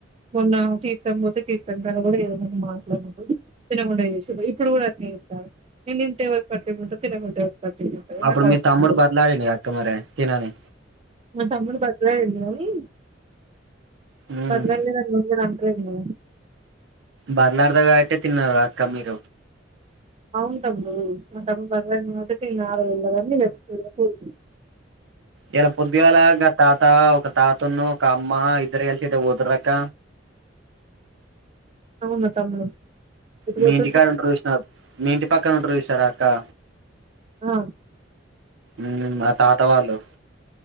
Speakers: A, on the right (about 30°); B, on the right (about 70°).
A: మొన్న తీర్థం పోతే తీర్థం తన కూడా ఎవరధోని మాట్లాడడు తినగుండా ఎస్సీరు ఇప్పుడు కూడా అట్నేతాడు. నేన్ తింటే ఎవరికి పట్టేకుంటది తినకుంటే పట్టింపు ఉంటది
B: అప్పుడు
A: నాకు అవసరం
B: మీ తాముడు
A: లేదు
B: బద్లాడిండు గా అక్క మరే తిన్ అనీ
A: మా తమ్ముడు బద్లాడిండు గానీ
B: మ్మ్
A: బద్లాడ్ లేదన్ నవ్ కూడా స మే
B: బర్లడదగాట తిన్న రా కమ్మీర
A: అవును తమ్ముడు మా తమ్ముడు పగ మొదటిింద ఆ <unintelligible> <inaudible>
B: ఇలా పొద్దుగాలా గ తాత ఒక తాతను ఒక అమ్మ ఇద్దరు కలిసి ఎటు పోతున్నారు అక్క
A: అవునా తమ్ముడు ఎటు
B: మీ
A: పోతున్నారు
B: ఇంటికాడా ఉంటారు విష్ మీ ఇంటి పక్కన ఉంటారు చూశారా అక్క
A: ఆ
B: ఉ మా తాత వాళ్ళు